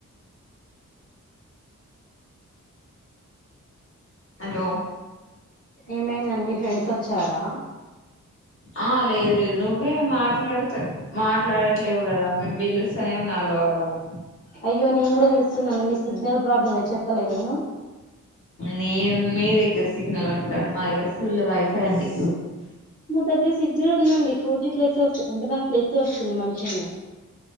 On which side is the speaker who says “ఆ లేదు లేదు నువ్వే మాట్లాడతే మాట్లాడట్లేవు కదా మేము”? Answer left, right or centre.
Left